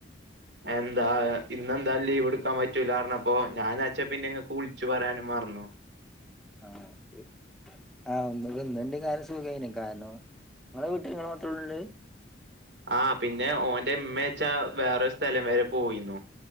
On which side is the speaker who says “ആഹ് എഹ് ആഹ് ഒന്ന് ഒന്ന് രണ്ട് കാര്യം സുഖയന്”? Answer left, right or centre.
Centre